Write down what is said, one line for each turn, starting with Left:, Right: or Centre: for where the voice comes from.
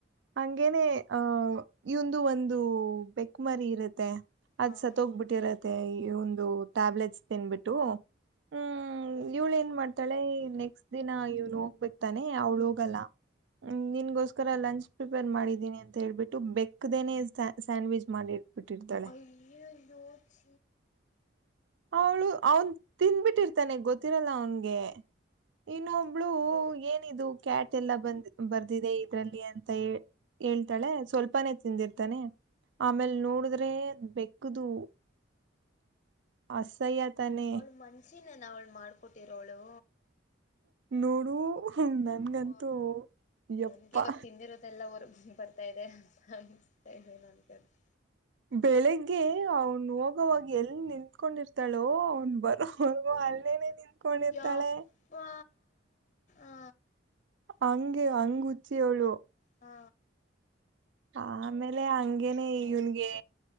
Right: ಹಂಗೇನೆ ಅಹ ಇಂದು ಒಂದು ಬೆಕ್ಮರಿ ಇರುತ್ತೆ ಅದ್
Left: ಹಾ
Right: ಸತ್ ಹೋಗ್ಬಿಟ್ಟಿರತ್ತೆ ಈ ಒಂದು ಟ್ಯಾಬ್ಲೆಟ್ ತಿನ್ಬಿಟ್ಟು ಹ್ಮ್ ಇವ್ಳ ಏನ್ ಮಾಡ್ತಾಳೆ ನೆಕ್ಸ್ಟ್ ದಿನ ಇವನು ಹೋಗ್ಬೇಕಕ್ ತಾನೆ ಅವ್ಳು ಹೋಗಲ್ಲ ಹ್ಮ ನಿನ್ಗೋಸ್ಕರ ಲಂಚ್ ಪ್ರಿಪೇರ್ ಮಾಡಿದ್ದೀನಿ ಅಂತ ಹೇಳ್ಬಿಟ್ಟು ಬೆಕ್ದನೆ ಸ್ಯಾಂಡ್ವಿಚ್ ಮಾಡಿ ಇಟ್ಬಿಟ್ಟಿರ್ತಾಳೆ
Left: ಅಯೋೋಚ
Right: ಅವಳು ಅವನ್ ತಿಿಂದ್ಬಿಟ್ಟಿರ್ತಾನೆ ಗೊತ್ತಿರಲ್ಲ ಅವನ್ಗೆ ಇನ್ನೊಬ್ಳು ಏನಿದು ಕ್ಯಾಟ್ ಎಲ್ಲ ಬಂದ ಬರ್ದಿದೆ ಇದ್ರಲ್ಲಿ ಅಂತ ಹೇಳ್ತಾಳೆ ಸ್ವಲ್ಪನೆೇ ತಿಂದಿರ್ತಾನೆ ಆಮೇಲ್ ನೋಡಿದ್ರೆ ಬೆಕ್ಕದು ಅಸಹ್ಯ ತಾನೆ
Left: ಅವಳು ಮನ್ಸಿನನ್ ಅವಳು ಮಾಡ್ಕೊಟ್ಟಿರೋಳು
Right: ನೋಡು ನನ್ಗಂತೂ
Left: ಅಪ್ಪ
Right: ಯಪ್ಪಾ
Left: ನನ್ಗೆ ಇವಾಗ ತಿಂದಿರೋದೆಲ್ಲ ಅವರು ಬರ್ತಾ ಇದೆ ಅಂತ ಅನಿಸ್ತಾ ಇದದೆ ನನ್ಕಂತ
Right: ಬೆಳಿಗ್ಗೆ ಅವ್ನು ಹೋಗವಾಗ ಎಲ್ಲಿ ನಿಂತ್ಕೊಂಡಿರ್ತಾಳೋ ಅವ್ನ್ ಬರೋ ಅಲ್ಲೇನೆ ನಿ ಕೊಂಡಿರ್ತಾಳೆ
Left: ಯಪ್ಪಾ ಆ
Right: ಹಂಗೆ ಹಂಗ ಹಚ್ಚಿಯ ಅವಳು
Left: ಹಾ
Right: ಆಮೇಲೆ ಹಂಗೇನೆ ಇವನ್ಗೆ